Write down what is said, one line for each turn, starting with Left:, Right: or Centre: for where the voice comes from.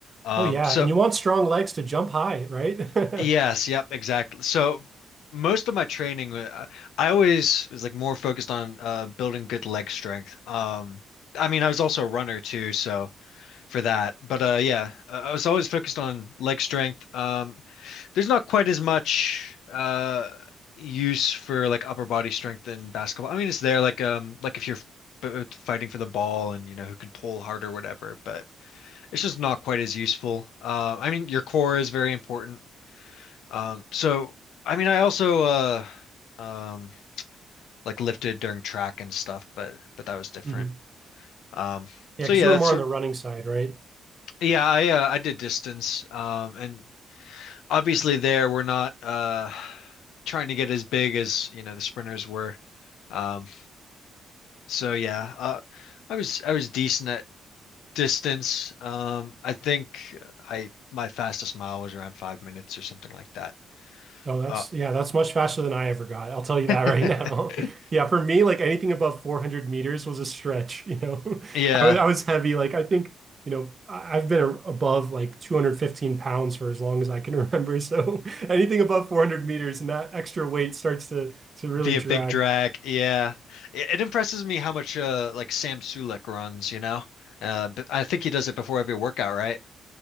Left: Um,
Right: Oh yeah,
Left: so
Right: and you want strong legs to jump high, right? <laughs>
Left: yes, yep, exactly. So most of my training, uh, I always was like more focused on uh, building good leg strength. Um, I mean, I was also a runner too, so for that. But uh, yeah, uh, I was always focused on leg strength. Um, there's not quite as much uh, use for like upper body strength in basketball. I mean, it's there like um like if you're b- fighting for the ball and you know who can pull harder or whatever, but it's just not quite as useful. Uh, I mean, your core is very important. Um, so I mean, I also uh um like lifted during track and stuff, but but that was different.
Right: Mhm.
Left: Um,
Right: Yeah,
Left: so
Right: because
Left: yeah,
Right: you
Left: that's
Right: were more
Left: sort
Right: on the running side, right?
Left: yeah, I uh, I did distance, um, and obviously there we're not uh trying to get as big as you know the sprinters were um so yeah uh I was I was decent at distance um I think I my fastest mile was around five minutes or something like that
Right: No, that's
Left: uh
Right: yeah, that's much faster than I ever got. I'll tell you that right
Left: <laughs>
Right: now. <laughs> Yeah, for me, like anything above 400 meters was a stretch, you know.
Left: yeah
Right: <laughs> I was I was heavy. Like I think, you know, I- I've been a- above like 215 pounds for as long as I can remember. <laughs> So anything above 400 meters and that extra weight starts to to really
Left: be
Right: drag.
Left: a big drag yeah it, it impresses me how much uh like Sam Sulek runs you know uh but I think he does it before every workout right